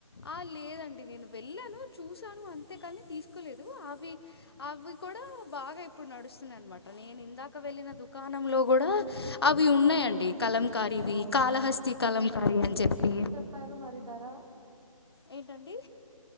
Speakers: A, on the left; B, on the right.
A: ఆ లేదండి నేను వెళ్ళాను చూసాను అంతేకాని తీసు దు అవి అవి కూడా బాగా ఇప్పుడు నడుస్తున్నాయి అనమాట నేను ఇందాక వెళ్ళిన దు దుకాణంలో కూడా అవి ఉన్నాయండి
B: ఆహా!
A: కలంకారి ఇవి
B: అవునా?
A: కాలహస్తి కలంకార అని చెప్పి
B: పారు మరి దరా
A: ఏంటండి